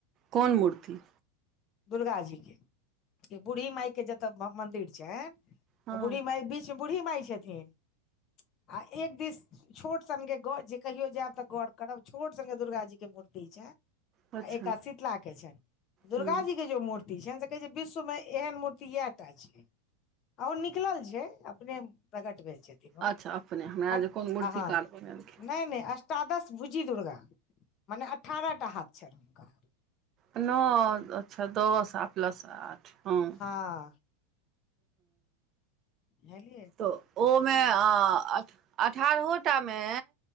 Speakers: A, on the right; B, on the left.
A: कोन मूर्ति
B: दुर्गा जीे बूढ़ी माायके जतऽ मन्दिर छैन
A: हँ
B: तऽ बूढ़ी माई बीच मे बूढ़ी माई छथिन आ एक दिस छोट स्गे ग जे कहियो जायब तऽ गौर करब छोट स्गे दुर्गा जी के मूर्ति छैन
A: अच्छा
B: एकात शीतला के छैन दुर्गा
A: हूँ
B: जी के जे मूर्ति। से कहे छैय विश्व में एहन मूर्ति इह टा छैय ओ निकलल छैय। प्रेम प्रगट भेल छथिन्ह ओ
A: अच्छा अपने हमरा
B: हट
A: जे कोन मूर्तिकार
B: आहां
A: बनेलखिन
B: नैने अष्ट। अष्टादश भुजी दुर्गा मने अठारहटा हाथ छैन हुनका
A: न अच्छा दस आ प्लस आठ। हँ
B: हां बुझलियै
A: तऽ ओमेआठ।? अठारहोटा मे